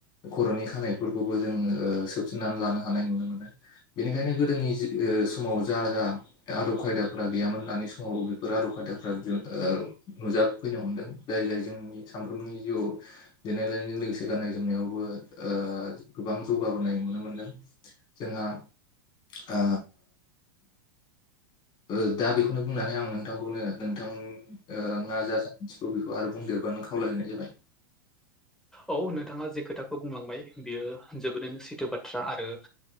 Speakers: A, on the left; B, in the centre.
A: खर'नि खानायफोरखौबो जों ओ सौफिननानै लानो हानाय नुनो मोनो। बेनिखायनो गोदोनि जो ओ समाव जा जा आ आदब खायदाफ्रा गैयामोन दानि समाव बेफोर आदब खायदाफ्रा <unintelligible> नुजाफैनो हमदों। जाय जाय जोंनि सानफ्रोमनि जिउआव देलाय लायनायजों लोगोसे गाननाय जोमनायावबो ओ ओ गोबां जौगाबोनाय नुनो मोनदों। जोंहा आ ओ दा बेखौनो बुंनानै आं नोंथांखौनो नोंथां ओ मा जाजों थिगौ बेखौ आरो बुंदेरबा खावलायनाय जाबाय।
B: औ नोंथाङा जे खोथाखौ बुंलांबाय बियो जोबोरैनो सैथो बाथ्रा। आरो